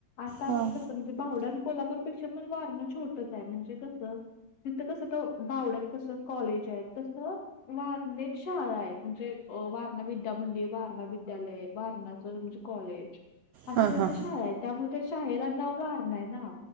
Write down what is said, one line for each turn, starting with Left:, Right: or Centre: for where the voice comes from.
Left: आता आपलं
Right: हां
Left: कसं म्हणजे बावडा आणि कोल्हापूरपेक्षा, पण वारणं छोटंच आहे म्हणजे कसं तिथं कस त बावड्यात कसं कॉलेज आहे तसं वारनेत शाळा आहे, म्हणजे वार विद्या मंदिर, वारणा विद्यालय, वारणाचंच म्हणजे कॉलेज असं
Right: हां
Left: त्यांच्या
Right: हां
Left: शाळा आहेत. त्यामुळे शाळेला नाव वारणा हाय ना.